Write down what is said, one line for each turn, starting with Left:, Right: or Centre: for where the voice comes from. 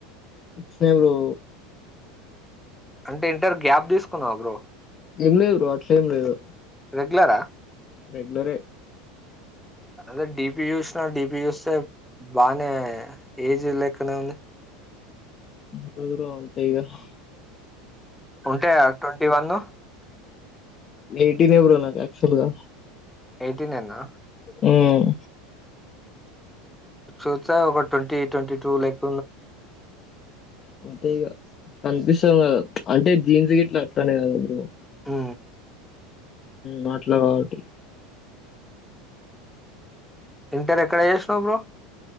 Left: సెవరు
Centre: అంటే ఇంటర్ గ్యాప్ తీసుకున్నావ్ బ్రో
Left: ఏం లేదు బ్రొ అట్లే ఏం లేదు
Centre: రెగ్యులరా
Left: రెగ్యులరే
Centre: అదే డిపి చూసిన డిపి చూస్తే బానే ఏజ్ లెక్కనే ఉంది
Left: దురు ఉంటాయి. కదా
Centre: ఉంటయా ట్వంటీ వన్
Left: ఎయిటీన్ ఎ బో నాక యాక్చువల్గా
Centre: ఎయిటీనెనా
Left: ఉమ్
Centre: చూస్తె ఒక ట్వంటీ ట్వంటీ టూ లైక్
Left: అంతె ఇగ కన్పిస్ ఇం కదా అంటే జీన్స్ గిట్ల అట్టానే కదా బ్రో
Centre: హు
Left: ఉ అట్ల కాబట్టి
Centre: ఇంటర్ ఎక్కడ చేసినవ్ బ్రో